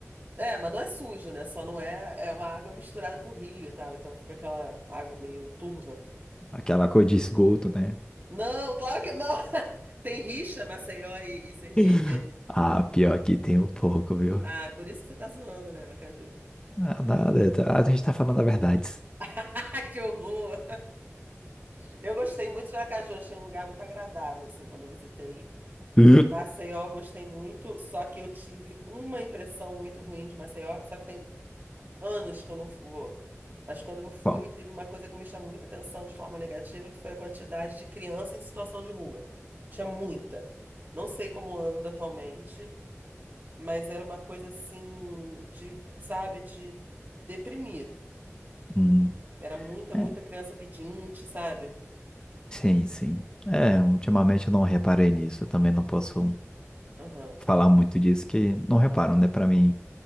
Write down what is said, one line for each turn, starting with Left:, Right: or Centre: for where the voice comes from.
Right: É, mas não é sujo, né? Só não é, é uma água misturada com rio e tal, então fica aquela água meio turva.
Left: Aquela cor de esgoto, né?
Right: Não, claro que não. <laughs> Tem rixa, Maceió e, e Sergipe?
Left: <laughs> Ah, pior que tem um pouco, viu?
Right: Ah, é por isso que você tá zoando, né, Aracaju?
Left: Ah, Nada, tá- a gente tá falando a verdade.
Right: <laughs> Que horror! Eu gostei muito de Aracaju, achei um lugar muito agradável, assim, quando eu visitei.
Left: <laughs>
Right: Maceió, gostei muito, só que eu tive uma impressão muito ruim de Maceió, só que tem anos que eu não vou. Mas quando eu fui,
Left: Bom,
Right: teve uma coisa que me chamou muita atenção de forma negativa, que foi a quantidade de criança em situação de rua. Tinha muita. Não sei como anda atualmente, mas era uma coisa assim de, sabe, de deprimir.
Left: hum,
Right: Era muita, muita
Left: é,
Right: criança pedinte, sabe?
Left: sim, sim. É, ultimamente eu não reparei nisso. Eu também não posso
Right: Aham.
Left: falar muito disso, que não reparam, né? Pra mim,